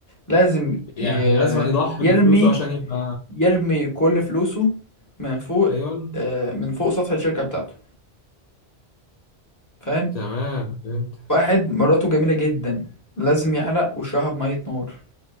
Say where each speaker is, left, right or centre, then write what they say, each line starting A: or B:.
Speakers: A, on the left (about 15°); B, on the left (about 55°).
A: لازم
B: يعني
A: ي-
B: لازم أن يضحي
A: يرمي
B: بفلوسه عشان يبقى
A: يرمي كل فلوسه من فوق
B: ايوه
A: آه، من فوق سطح الشركة بتاعته فاهم
B: تمام فهمت
A: واحد مراته جميلة جدا لازم يحرق وشها بمية نار